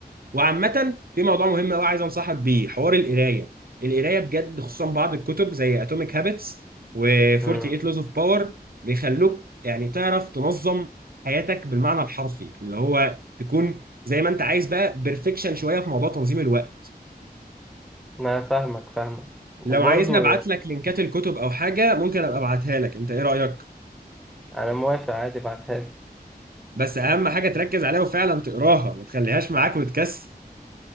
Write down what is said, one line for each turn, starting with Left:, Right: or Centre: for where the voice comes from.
Right: وعامة في موضوع مهم قوي عايز انصحك بيه حوار القراية القراية بجد خصوصا بعض الكتب زي اتوميك هابتس و48
Centre: امم
Right: لوز اوف باور بيخلوك يعني تعرف تنظم حياتك بالمعنى الحرفي اللي هو تكون زي ما انت عايز بقى بيرفكشن شوية في موضوع تنظيم الوقت
Centre: انا فاهمك فاهمك وبرضه
Right: لو عايزني ابعت لك لينكات الكتب او حاجه ممكن ابقى ابعتها لك انت ايه رايك
Centre: انا موافق عادي ابعتها لي
Right: بس اهم حاجه تركز عليها وفعلا تقراها ما تخليهاش معاك وتكسل